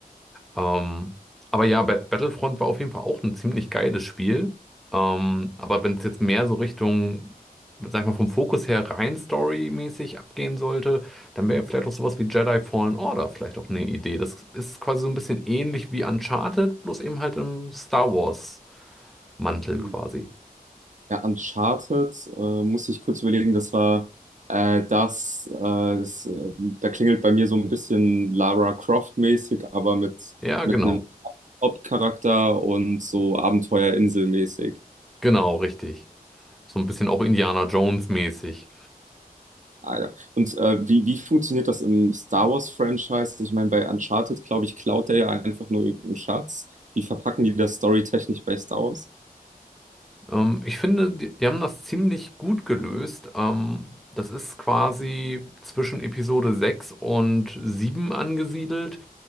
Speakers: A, in the centre; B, on the right.
A: Ähm, aber ja, Ba- Battlefront war auf jeden Fall auch ein ziemlich geiles Spiel. Ähm, aber wenn es jetzt mehr so Richtung, sag ich mal, vom Fokus her rein storymäßig abgehen sollte, dann wäre ja vielleicht auch sowas wie Jedi Fallen Order vielleicht auch eine Idee. Das ist quasi so ein bisschen ähnlich wie Uncharted, bloß eben halt im Star Wars. Mantel
B: Hm.
A: quasi.
B: Ja, Uncharted, äh, muss ich kurz überlegen, das war äh, das, äh, das äh, da klingelt bei mir so ein bisschen Lara Croft-mäßig, aber mit,
A: Ja, genau.
B: mit einem Hauptcharakter und so Abenteuerinsel-mäßig.
A: Genau, richtig. So ein bisschen auch Indiana Jones mäßig.
B: Ah, ja. Und äh, wie, wie funktioniert das im Star Wars-Franchise? Ich meine, bei Uncharted, glaube ich, klaut er ja einfach nur irgendeinen Schatz. Wie verpacken die das storytechnisch bei Star Wars?
A: Ähm, ich finde, die, die haben das ziemlich gut gelöst. Ähm, das ist quasi zwischen Episode 6 und 7 angesiedelt.